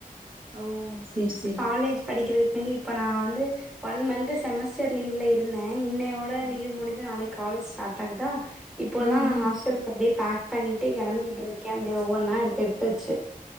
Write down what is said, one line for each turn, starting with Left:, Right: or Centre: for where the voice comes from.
Right: ஓ சேரி சே
Centre: காலேஜ் படிக்கிறதுக்கு வந்து இப்ப நா வந்து ஒன் மந்த் செமஸ்டர் லீவ்ல ருந்தே இன்னையோட
Right: ஆ
Centre: லீவ் முடிஞ்சி நாளைக்கு காலேஜு ஸ்டார்ட் ஆகுதா இப்போதா
Right: ம்
Centre: நா
Right: ம்
Centre: ஹாஸ்டலுக்கு அப்டியே பேக் பண்ணிட்டு கெளம்பிட்டு இருக்கே அப்டியே ஒவ்வொன்னா எடுத்து எடுத்து வெச்சு